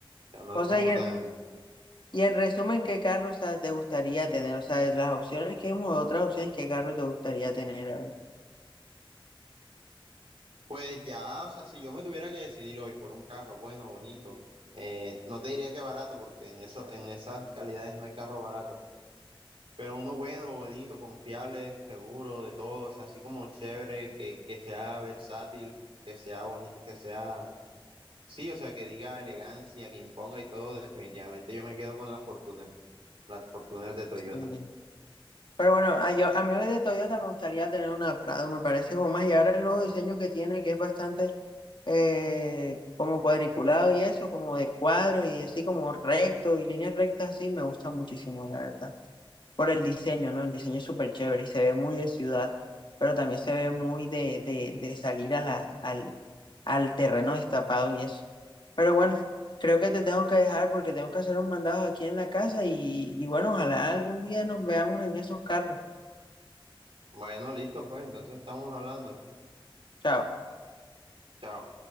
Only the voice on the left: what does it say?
O
sea, y en,
y en resumen, ¿qué carro, o sea, te gustaría tener? O sea, de las opciones que hemos, otras opciones, ¿qué carro te gustaría tener? A
ver. Pero bueno, a, yo, a mí de Toyota me gustaría tener una Prado, me parece como más. Y ahora el nuevo diseño que tiene, que es bastante eh, como cuadriculado y eso, como de cuadro y así como recto y líneas rectas, así me gusta muchísimo, la verdad. Por el diseño, ¿no? El diseño es súper chévere y se ve muy de ciudad, pero también se ve muy de, de, de salir a la, al, al terreno destapado y eso. Pero bueno, creo que te tengo que dejar porque tengo que hacer un mandado aquí en la casa y, y bueno, ojalá algún día nos veamos en esos carros.
Chao.